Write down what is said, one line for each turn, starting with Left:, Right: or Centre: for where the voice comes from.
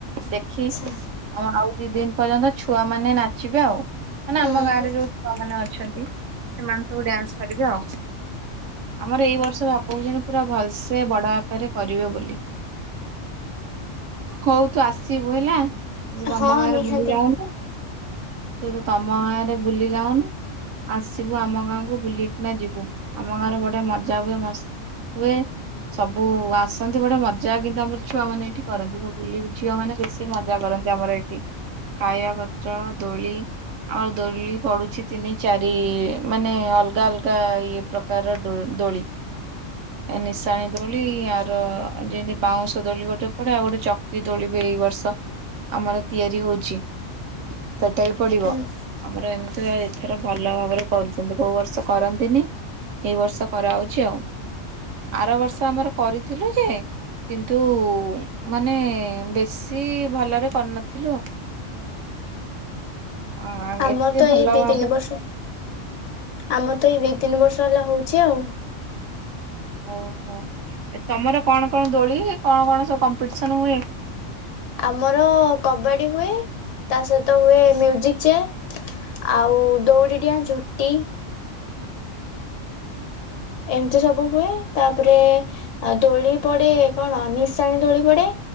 Right: ଦେଖି
Left: ଆଛା
Right: ଆଉ ଆଉ ଦି ଦିନ୍ ପର୍ଯ୍ୟନ୍ତ ଛୁଆ ମାନେ ନାଚିବେ ଆଉ। ମାନେ ଆମ
Left: ଉଁ
Right: ଗାଁ ରେ ଯୋଉ ଛୁଆମାନୋନେ ଅଛନ୍ତି। ସେମାନେ ସବୁ ଡ୍ୟାନ୍ସ୍ କରିବେ ଆଉ ଆମର ଏଇ ବର୍ଷ ବାପ କୋହୁଛନ୍ତି ପୁରା ଭଲସେ ବଡ ଆକାରରେ କରିବେ ବୋଲି। ହଉ ତୁ ଆସିବୁ ହେଲା।
Left: ହଁ
Right: ଆମ ଗାଁରେ
Left: ନିହାତି
Right: ବୁଲି ଯାନ୍ତେ। ତୁ ତ ତମ ଗାଁ ରେ ବୁଲି ଯାଉନୁ। ଆସିବୁ ଆମ ଗାଁକୁ ବୁଲିକିନା ଯିବୁ ଆମ ଗାଁରେ ବଢିଆ ମଜା ହୁଏ ମ ହୁଏ ସବୁ ଆସନ୍ତି ବଢିଆ ମଜା କିନ୍ତୁ ଆମର ଛୁଆମାନୋନେ ଏଇଠି କରନ୍ତି ସବୁ ବୁ ଝିଅ ମାନେ ବେଶୀ ମଜା କରନ୍ତି ଆମର ଏଇଠି ଖାଇବା ଖର୍ଚ୍ଚ ଦୋଳି ଆଉ ଦୋଳି ପଡୁଛି ତିନି ଚାରି ମାନେ ଅଲଗା ଅଲଗା ଇଏ ପ୍ରକାରର ଦୋ ଦୋଳି ନିଶାଣି ଦୋଳି ଆର ଯେମତି ବାଉଁଶ ଦୋଳି ଗୋଟେ ପଡେ ଆଉ ଗୋଟେ ଚକ୍ରି ଦୋଳି ବି ଏଇ ବର୍ଷ ଆମର ତିଆରି ହଉଚି। ସେଟା ବି ପଡିବ
Left: ହୁଁ
Right: ଆମର ଏମ୍ <unintelligible> ଥର ଭଲ ଭାବରେ କରଚନ୍ତି କୋଉ ବର୍ଷ କରନ୍ତିନି ଏଇ ବର୍ଷ କରାହୋଉଚି ଆଉ ଆର ବର୍ଷ ଆମର କରିଥିଲୁ ଯେ କିନ୍ତୁ ମାନେ ବେଶୀ ଭଲରେ କରିନଥିଲୁ। ଆ
Left: ଆମର
Right: ଏତେ
Left: ତ
Right: ଭଲ
Left: ଏଇ ଦି
Right: ଭାବ
Left: ତିନି ବର୍ଷ ଆମର ତ ଏଇ ଦି ତିନି ବର୍ଷ ଚଲା ହେଉଛି ଆଉ।
Right: ଓହୋ ତମର କଣ କଣ ଦୋଳି କଣ କଣ ସବୁ କମ୍ପିଟିସନ ହୁଏ?
Left: ଆମର କବାଡି ହୁଏ ତା ସହିତ ହୁଏ ମ୍ୟୁଜିକ ଚେୟାର ଆଉ ଦଉଡି ଡିଆ ଝୁଟି ଏମିତି ସବୁ ହୁଏ ତାପରେ ଦୋଳି ପଡେ କଣ ନିଶାଣି ଦୋଳି ପଡେ